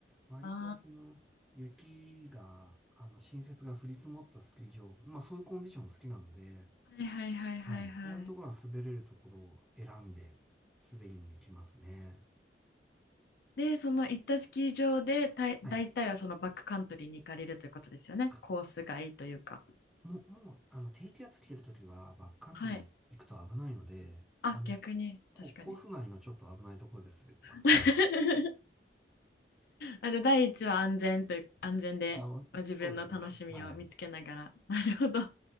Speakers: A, in the centre; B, on the left.
A: 割とその、
B: あ
A: 雪が、あの、新雪が降り積もったスキー場、まあそういうコンディション好きなので、
B: はいはいはいはいはい。
A: はい、そういうところは滑れるところを選んで滑りに行きますね。
B: で、その行ったスキー場でたい、
A: はい。
B: 大体はそのバックカントリーに行かれるということですよね。
A: あ、
B: コース外というか。
A: もう、もう、あの、低気圧来てるときは、バックカントリー行くと危ないので、
B: はい。あ、
A: あの、
B: 逆に、
A: ココース内のちょっと危ないところで滑ってます。
B: 確かに。<laughs> あの、第一は安全という、安全で、
A: あ、
B: まあ自分の楽しみを見つけながら。
A: そうですね。はい。
B: なるほど。